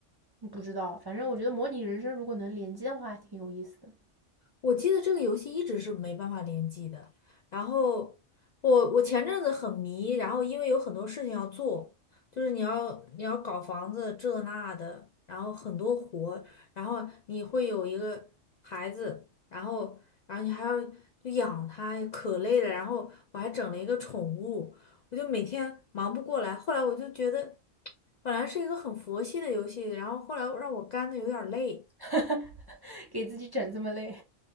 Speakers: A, on the right (about 25°); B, on the left (about 90°).
A: 嗯不知道。反正我觉得模拟人生如果能联机的话，还挺有意思的。
B: 我记得这个游戏一直是没办法联机的。然后我我前阵子很迷，然后因为有很多事情要做，就是你要你要搞房子这那的，然后很多活，然后你会有一个孩子，然后然后你还要就养他，可累了。然后我还整了一个宠物，我就每天忙不过来。后来我就觉得，本来是一个很佛系的游戏，然后后来让我干的有点儿累。
A: <laughs> 给自己整这么累，